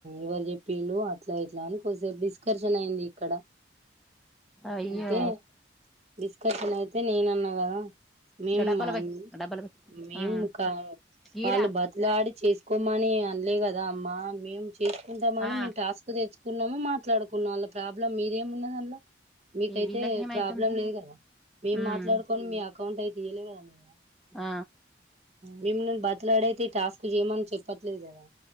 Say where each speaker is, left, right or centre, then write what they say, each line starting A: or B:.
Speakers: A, on the right; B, in the centre.
A: ఎవరు చెప్పిళు అట్లా ఇట్లా అని కొద్దిసేపు డిస్కర్షన్ అయింది ఇక్కడ
B: అయ్యో
A: అయితే డిస్కషన్ అయితే నేన్ అన్నా హలో మేమా
B: ఇగ డబ్బాల పోయి
A: అండి
B: డబ్బాల పోయి
A: మేముకా
B: ఉమ్ ఈడా
A: వాళ్ళు బతిలాడి చేసుకోమని అనలే కదా అమ్మా మేం చేసుకుంటామ్ అని
B: ఆ
A: మేము టాస్క్ తెచ్చుకున్నాము మా మాట్లాడుకున్నాను ప్రాబ్లం మీదేం ఉన్నదందులో మీకయితే
B: వీళ్ళకి ఏమైతుంది
A: ప్రాబ్లం లేదు కదా మేం
B: ఉమ్
A: మాట్లాడుకొని మీ అక్క అకౌంట్ అయితే దిలయ కదా య్యా
B: ఆ
A: మిమ్ బ మాట్లాడైతే టాస్క్ చేయమని చెప్పట్లేదు కదా